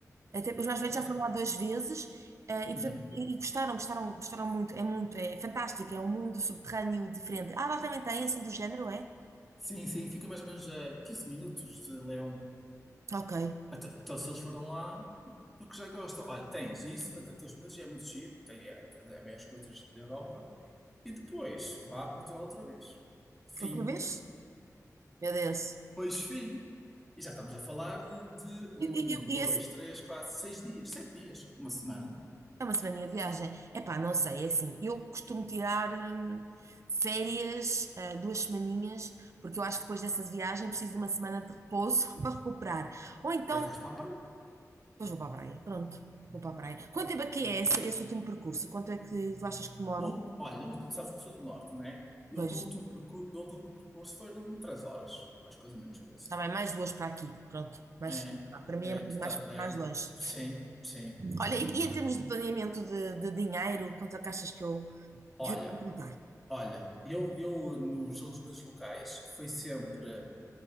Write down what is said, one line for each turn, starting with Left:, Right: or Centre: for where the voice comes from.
Right: Até, os mais velhos
Centre: Pode
Right: já
Centre: já-
Right: foram lá duas vezes, eh, e,
Centre: Uhum.
Right: portanto, e- e gostaram, gostaram, gostaram muito. É muito, é fantástico, é um mundo subterrâneo diferente. Ah, lá também tem, assim, do género, é?
Centre: Sim, sim, fica mais ou menos a 15 minutos de Leão.
Right: Ok.
Centre: Até- Então, se eles foram lá, porque já gostam. Olha, tens isso para todos os meus, já é muito giro. Tem é, é, as maiores grutas da Europa. E depois, vá a Portugal outra vez. Fim.
Right: Outra vez? É Deus.
Centre: Pois fim. E já estamos a falar de, de um,
Right: E, e, e-
Centre: dois,
Right: e esse-
Centre: três, quatro, seis dias, sete dias, uma semana.
Right: É uma semaninha de viagem. Epá, não sei, é assim. Eu costumo tirar hum, férias, ah, duas semaninhas, porque eu acho que depois dessa viagem preciso de uma semana de repouso <laughs> para recuperar. Ou então,
Centre: Mas vais para a praia.
Right: depois vou para a praia. Pronto, vou para a praia. Quanto tempo é que é esse, esse último percurso? Quanto é que tu achas que demoro?
Centre: O, olha, o- sabes que eu sou do norte, não é? Eu
Right: Pois,
Centre: do último percurso, eu do último percurso foram três horas, mais coisa, menos coisa.
Right: está bem, mais duas para aqui. Pronto, mais,
Centre: É,
Right: pá, para mim
Centre: é,
Right: é um bocadinho
Centre: tu
Right: mais,
Centre: tá, é,
Right: mais longe.
Centre: sim, sim.
Right: Olha, e, e em termos de planeamento de, de dinheiro, quanto é que achas que eu,
Centre: Olha,
Right: que eu tenho que contar?
Centre: olha, eu, eu nos alojamentos locais foi sempre.